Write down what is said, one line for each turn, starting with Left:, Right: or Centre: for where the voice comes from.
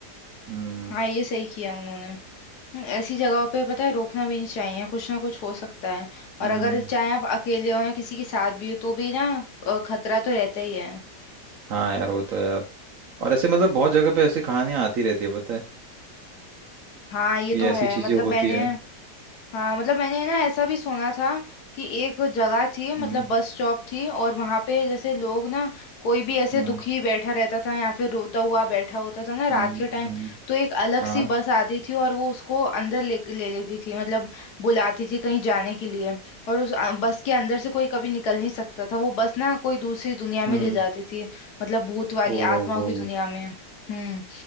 Right: हम्म
Left: हाँ ये सही किया उन्होंने हम्म, ऐसी जगहों पे पता है रोकना भी नहीं चाहिए कुछ ना कुछ हो सकता है और
Right: हम्म
Left: अगर चाहे आप अकेले हो या किसी के साथ भी हो तो भी ना अ, खतरा तो रहता ही है
Right: हाँ यार वो तो है अब और ऐसे मतलब बहुत जगह पे ऐसी कहानियां आती रहती है पता है
Left: हाँ ये
Right: कि
Left: तो
Right: ऐसी
Left: है
Right: चीजें
Left: मतलब
Right: होती
Left: मैंने
Right: है
Left: हाँ मतलब मैंने ना ऐसा भी सुना था कि एक जगह थी मतलब
Right: हम्म
Left: बस स्टॉप थी और वहां पे जैसे लोग ना कोई भी ऐसे
Right: हम्म
Left: दुखी बैठा रहता था या फिर रोता हुआ बैठा होता था ना रात
Right: हम्म
Left: के टाइम
Right: हम्म
Left: तो एक अलग
Right: हाँ
Left: सी बस आती थी और वो उसको अंदर ले ले लेती थी मतलब बुलाती थी कहीं जाने के लिए और उस अ, बस के अंदर से कोई कभी निकल नहीं सकता था वो बस ना कोई दूसरी दुनिया में
Right: हम्म
Left: ले जाती थी मतलब भूत वाली
Right: ओहो
Left: आत्माओं की दुनिया में हम्म